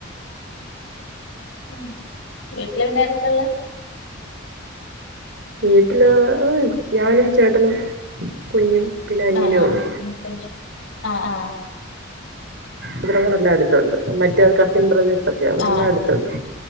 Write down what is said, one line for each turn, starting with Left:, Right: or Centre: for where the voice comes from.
Left: ഉം വീട്ടില് പിന്നാരൊക്കെ ഉള്ളേ
Right: വീട്ടില് ഞാനും ചേട്ടനും കുഞ്ഞും പിന്നെ അനിയനേ
Left: ആ ആഹ്
Right: ഉള്ളൂ
Left: ഞ്ഞ ആഹ് ആ
Right: ബ്രദറുകളല്ലാ അടുത്തുണ്ട് മറ്റേ കസിൻ ബ്രദേ ഓക്കെ അവരെല്ല
Left: ആഹ്
Right: അടുത്തുണ്ട്